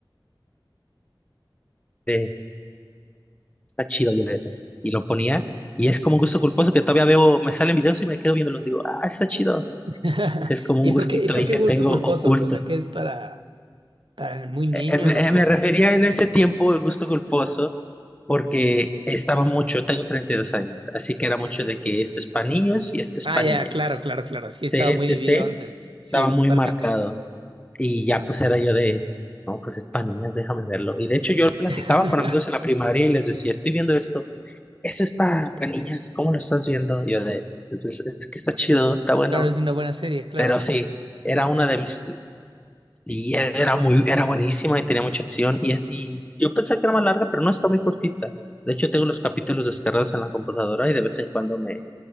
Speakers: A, on the left; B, on the right.
A: este está chido, yo le Y lo ponía, y es como un gusto culposo que todavía veo, me salen videos y me quedo viéndolos, digo, ah, está chido.
B: <laughs>
A: Ese es como
B: ¿Y
A: un
B: por
A: gustito
B: qué, y por
A: ahí
B: qué
A: que
B: gusto
A: tengo
B: culposo?
A: oculto.
B: O sea, ¿qué es para, para muy niños
A: Eh, eh, me eh,
B: o cómo?
A: me refería en ese tiempo el gusto culposo porque estaba mucho, tengo 32 años, así que era mucho de que esto es para niños y esto es
B: Ah,
A: para
B: ya,
A: niñas.
B: claro, claro, claro. Sí,
A: C
B: estaba
A: N
B: muy
A: C
B: dividido
A: C
B: antes. Sí,
A: estaba muy
B: totalmente.
A: marcado y ya pues era yo de, no, pues es para niñas, déjame verlo. Y de hecho yo platicaba
B: <laughs>
A: con amigos en la primaria y les decía, estoy viendo esto. eso es para niñas, ¿cómo lo estás viendo? Yo de, pues, es que está chido, está bueno,
B: Claro, es una buena serie, claro.
A: pero sí, era una de mis, y era muy, era buenísima y tenía mucha acción, y, es- y yo pensé que era más larga, pero no, está muy cortita. De hecho, tengo los capítulos descargados en la computadora y de vez en cuando me,